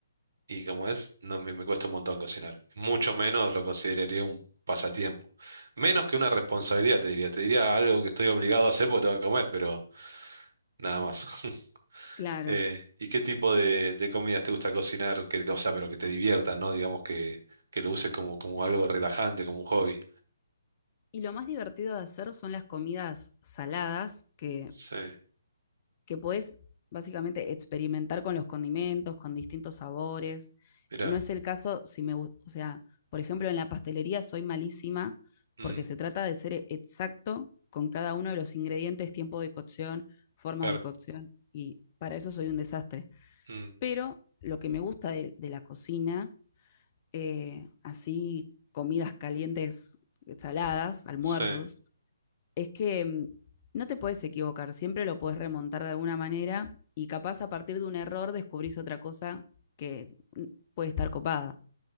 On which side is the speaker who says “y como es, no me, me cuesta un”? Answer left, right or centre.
Right